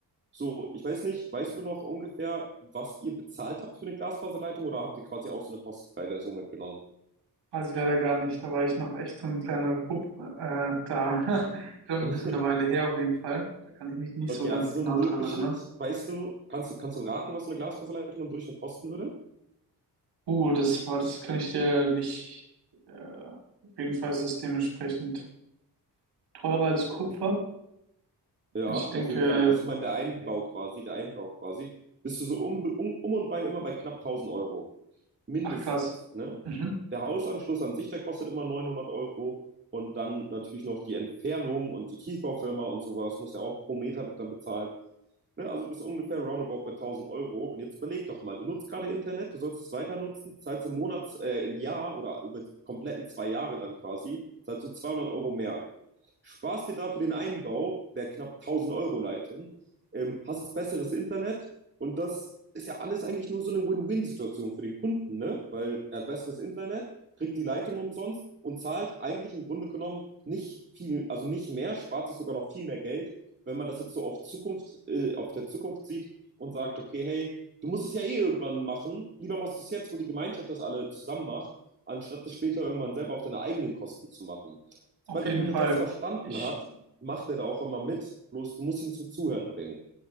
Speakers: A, on the right (about 30°); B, on the right (about 90°).
A: So, ich weiß nicht, weißt du noch ungefähr, was ihr bezahlt habt für eine Glasfaserleitung oder habt ihr quasi auch so eine kostenfreie Version mitgenommen?
B: Weiß ich leider gar nicht. Da war ich noch echt so ein kleiner Bub äh, da. <laughs> Schon
A: <laughs>
B: ein bisschen eine Weile her auf jeden Fall. Da kann ich mich nicht
A: Okay,
B: so ganz
A: also so
B: genau
A: im
B: dran
A: Durchschnitt,
B: erinnern.
A: weißt du, kannst du, kannst du raten, was so eine Glasfaserleitung im Durchschnitt kosten würde?
B: Uh, das war, das kann ich dir nicht. Äh, auf jeden Fall ist es dementsprechend teurer als Kupfer.
A: Ja,
B: Ich denke,
A: auf jeden Fall. Also ich meine, der Einbau quasi, der Einbau quasi, bist du so um, um, um und bei immer bei knapp tausend Euro. Mindestens,
B: ach krass.
A: ne?
B: Mhm.
A: Der Hausanschluss an sich, der kostet immer 900 Euro. Und dann natürlich noch die Entfernung und die Tiefbaufirma und sowas muss ja auch pro Meter wird dann bezahlt. Ne, also bist ungefähr roundabout bei 1000 Euro. Und jetzt überleg doch mal, du nutzt gerade Internet, du sollst es weiter nutzen, zahlst im Monat, äh, im Jahr oder über die kompletten zwei Jahre dann quasi, zahlst du 200 Euro mehr. Sparst dir dafür den Einbau der knapp 1000 Euro Leitung, ähm, hast besseres Internet und das ist ja alles eigentlich nur so eine Win-Win-Situation für den Kunden, ne? Weil er hat besseres Internet, kriegt die Leitung umsonst und zahlt eigentlich im Grunde genommen nicht viel, also nicht mehr, spart sich sogar noch viel mehr Geld wenn man das jetzt so auf Zukunft, äh, auf der Zukunft sieht und sagt, okay, hey, du musst es ja eh irgendwann machen, lieber machst du es jetzt, wo die Gemeinschaft das alle zusammen macht, anstatt es später irgendwann selber auf deine eigenen Kosten zu machen. Sobald
B: Auf jeden
A: der Kunde
B: Fall.
A: das verstanden
B: Ich,
A: hat, macht er da auch immer mit. Bloß du musst ihn zum Zuhören bringen.